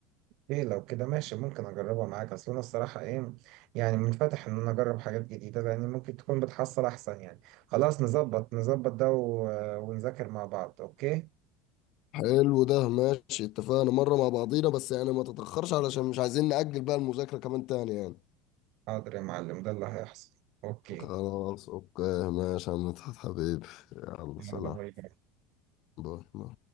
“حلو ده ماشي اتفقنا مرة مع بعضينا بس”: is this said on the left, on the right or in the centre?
Left